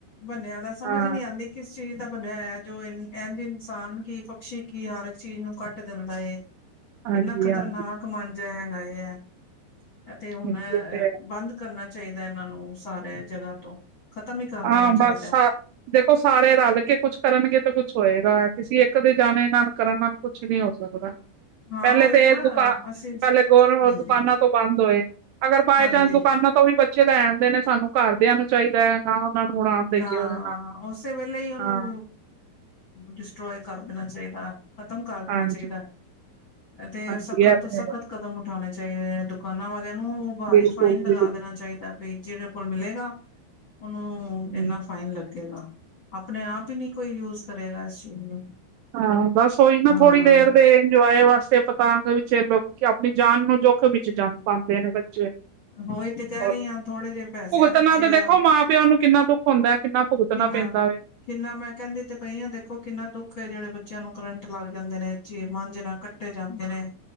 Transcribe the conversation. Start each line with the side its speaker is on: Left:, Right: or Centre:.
Left: ਬੰਨਿਆਂ ਦਾ, ਸਮਝ
Right: ਹਾਂ
Left: ਨੀ ਆਉਂਦੀ। ਕਿਸ ਚੀਜ਼ ਦਾ ਬਣਿਆ ਹੈ, ਜੋ ਇ ਇਝ ਇਨਸਾਨ ਕੀ ਪਕਸ਼ੀ ਕੀ ਹਰ ਇੱਕ ਚੀਜ਼ ਨੂੰ ਕਟ ਦਿੰਦਾ ਹੈ। <unintelligible>
Right: ਹਾਂਜੀ
Left: ਇੰਨਾ ਖ਼ਤਰਨਾਕ
Right: ਹਾਂਜੀ
Left: ਮੰਜਾ ਹੈਗਾ ਆ ਅਤੇ ਹੁਣ
Right: ਹਾਂਜੀ, ਉਹ ਤੇ ਹੈ
Left: ਬੰਦ ਕਰਨਾ ਚਾਹੀਦਾ, ਇਹਨਾਂ ਨੂੰ ਸਾਰੇ ਜਗ੍ਹਾ ਤੋਂ ਖਤਮ ਹੀ ਕਰ ਦੇਣਾ
Right: ਹਾਂ
Left: ਚਾਹੀਦਾ।
Right: ਬਸ ਦੇਖੋ ਸਾਰੇ ਰਲ ਕੇ ਕੁਛ ਕਰਨਗੇ ਤੇ ਕੁੱਛ ਹੋਏਗਾ। ਕਿਸੇ ਇੱਕ ਦੇ ਜਾਣੇ ਨਾਲ ਕਰਨ ਨਾਲ ਕੁਛ ਨੀ ਹੋ ਸਕਦਾ।
Left: ਹਾਂ
Right: ਪਹਿਲੇ
Left: ਉਹੀ
Right: ਤੇ
Left: ਨਾ
Right: ਦੁਕਾਨ
Left: ਅਸੀਂ
Right: ਪਹਿਲੇ ਗ
Left: ਹਾਂਜੀ
Right: ਦੁਕਾਨਾਂ ਤੋਂ ਬੰਦ ਹੋਏ। ਅਗਰ ਬਾਏ
Left: ਹਾਂਜੀ
Right: ਚਾਂਸ ਦੁਕਾਨਾਂ ਤੋਂ ਵੀ ਬੱਚੇ ਲੈਣਦੇ ਨੇ, ਸਾਨੂੰ ਘਰਦਿਆਂ ਨੂੰ ਚਾਹੀਦਾ ਹੈ ਨਾ। ਉਹਨਾਂ ਨੂੰ ਉਡਾਣ ਦੇਈਏ
Left: ਨਾ,
Right: ਉਹਦੇ ਨਾਲ।
Left: ਉਸੇ ਵੇਲੇ ਹੀ ਉਹਨੂੰ,
Right: ਹਾਂ
Left: ਡਿਸਟ੍ਰੋਏ ਕਰ ਦੇਣਾ ਚਾਹੀਦਾ। ਖ਼ਤਮ ਕਰ ਦੇਣਾ
Right: ਹਾਂਜੀ
Left: ਚਾਹੀਦਾ। ਤੇ
Right: ਹਾਂਜੀ
Left: ਸਖਤ
Right: ਇਹ
Left: ਤੋਂ
Right: ਤੇ
Left: ਸਖਤ
Right: ਹੈ
Left: ਕਦਮ ਉਠਾਉਣੇ ਚਾਹੀਦੇ ਨੇ। ਦੁਕਾਨਾਂ ਵਾਲਿਆਂ ਨੂੰ ਭਾਰੀ
Right: ਬਿਲਕੁਲ
Left: ਫਾਈਨ
Right: ਜੀ
Left: ਲਗਾ ਦੇਣਾ ਚਾਹੀਦਾ। ਬ ਜਿੜੇ ਫਲ ਮਿਲੇਗਾ। ਉਹਨੂੰ।
Right: ਬਿਲਕੁਲ।
Left: ਫਾਈਨ ਲੱਗੇਗਾ। ਆਪਣੇ ਆਪ ਹੀ ਨਹੀਂ ਕੋਈ ਯੂਜ ਕਰੇਗਾ ਇਸ ਚੀਜ਼ ਨੂੰ।
Right: ਹਾਂ। ਬਸ ਉਹੀ ਨਾ
Left: ਹਾਂ
Right: ਥੋੜ੍ਹੀ ਦੇਰ ਦੇ ਇੰਜੋਏ ਵਾਸਤੇ ਤਾਂ ਦੇ ਵਿੱਚ ਲੋਕ ਆਪਣੀ ਜਾਨ ਨੂੰ ਜੋਖਮ ਵਿੱਚ ਜਾ ਪਾਉਂਦੇ ਨੇ ਬੱਚੇ। ਰੋ
Left: ਉਹੀ ਤੇ ਕਹਿ ਰਹੀ
Right: ਭੁਗਤਣਾ
Left: ਹਾਂ ਥੋੜੇ ਜਿਹੇ ਪੈਸਿਆਂ ਪਿੱਛੇ
Right: ਤੇ ਦੇਖੋ ਮਾਂ- ਪਿਓ ਨੂੰ ਕਿੰਨਾ ਦੁੱਖ ਹੁੰਦਾ ਕਿੰਨਾ। ਭੁਗਤਣਾ
Left: ਕਿੰਨਾ।
Right: ਪੈਂਦਾ ਵੇ।
Left: ਕਿੰਨਾ ਮੈਂ ਕਹਿੰਦੀ ਤੇ ਪਈ ਹਾਂ ਦੇਖੋ ਕਿੰਨਾ ਦੁੱਖ ਜਿਹੜੇ ਬੱਚਿਆਂ ਨੂੰ ਕਰੰਟ ਲੱਗ ਜਾਂਦੇ ਨੇ। ਚੀ ਮਾਂਜੇ ਨਾਲ ਕੱਟੇ ਜਾਂਦੇ ਨੇ।